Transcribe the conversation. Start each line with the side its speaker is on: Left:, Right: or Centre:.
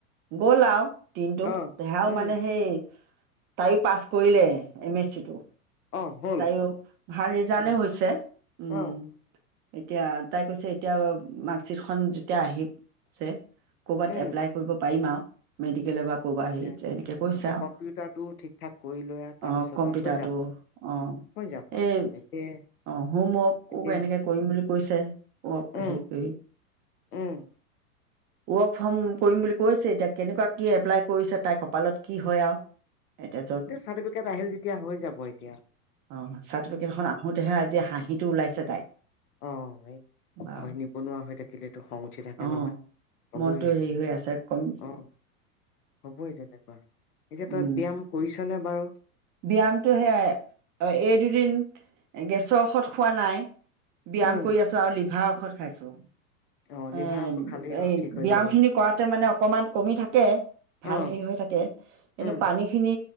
Right: গ'ল আৰু দিনতো
Left: অ
Right: দেহাও
Left: উম
Right: মানে সেই। তাইও পাঁচ। কৰিলে এম এছ চিটো।
Left: অ হ'ল
Right: তাইয়ো ভাল ৰিজাল্টেই
Left: অ
Right: হৈছে উম।
Left: অ
Right: এতিয়া তাই কৈছে এতিয়া মাৰ্কশ্বিট খন। যেতিয়া আহিছে কৰ'বাত
Left: উম
Right: এপ্লাই কৰিব পাৰিম আৰু। মেডিকেলে বা কৰবা
Left: এতিয়া
Right: হেৰিত এনেকে কৈছে
Left: এতিয়া
Right: আৰু।
Left: কম্পিউটাৰটো ঠিক ঠাক কৰি লৈ আৰু তাৰ
Right: অ,
Left: পিছত
Right: কম্পিউটাৰটো।
Left: আৰু হৈ যাব
Right: অ,
Left: হৈ যাব
Right: এই
Left: এতিয়া এতিয়া
Right: অ হোমৱৰ্কো
Left: এতিয়া
Right: এনেকে কৰিম বুলি কৈছে অলপ
Left: উম
Right: হেৰি কৰি।
Left: উম
Right: ৱৰ্ক ফ্ৰম কৰিম বুলি কৈছে এতিয়া কেনেকুৱা কি এপ্লাই কৰিছে তাই কপালত কি হয় আৰু এতিয়া
Left: চাৰ্টিফিকেট আহিল যেতিয়া হৈ যাব এয়া
Right: আহ চাৰ্টিফিকেট এখন আহোতেহে আজি হাঁহিটো ওলাইছে তাই
Left: অ এই
Right: বাৰ
Left: হয় নিবনুৱা হৈ থাকিলেতো খং উঠি থাকে
Right: আহ
Left: নহয় হ'বই
Right: মনটো
Left: সেইটো
Right: হেৰি হৈ আছে কম
Left: অ হ'বই তেনেকুৱা এতিয়া তই
Right: উম
Left: ব্যায়াম পিছনেে বাৰু
Right: ব্যায়ামটো সেয়াই এই দুদিন গেছৰ ঔষধ খোৱা নাই ব্যায়াম
Left: উম
Right: কৰি আছো আৰু লিভাওক ঔষত খাইছো
Left: অ
Right: এ
Left: লিভাৰ খালেই
Right: এ
Left: ঠিক হৈ
Right: ব্য্ায়াম
Left: যাব
Right: খিনি কৰাতে মানে অকমান কমি থাকে ভাল
Left: উম
Right: হেৰি হৈ থাকে কিন্তু
Left: উম
Right: পানী খিনি